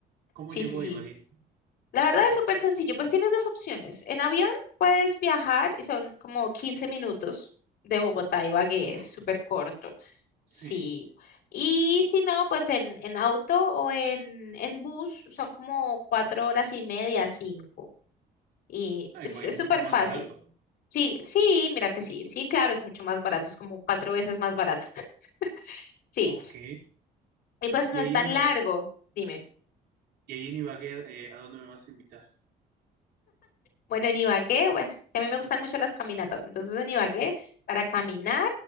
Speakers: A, on the right; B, on the left.
A: ¿Cómo
B: sí,
A: llegó
B: sí, sí.
A: a Ibagué?
B: La verdad es súper sencillo, pues tienes dos opciones. En avión puedes viajar y son como 15 minutos de Bogotá a Ibagué,
A: Uf,
B: es súper corto.
A: sí.
B: Sí. Y si no, pues en, en auto o en, en bus son como cuatro horas y media, cinco. Y
A: No, Ibagué,
B: es es
A: mucho
B: súper
A: más
B: fácil.
A: barato.
B: Sí, sí, mira que sí, sí, claro, es mucho más barato, es como cuatro veces más barato. <laughs> Sí,
A: Ok.
B: y pues
A: Y
B: no
A: ahí
B: es tan
A: en Iba-
B: largo, dime.
A: y ahí en Ibagué, eh, ¿a dónde me vas a invitar?
B: Bueno, en Ibagué, bueno, es que a mí me gustan mucho las caminatas, entonces en Ibagué para caminar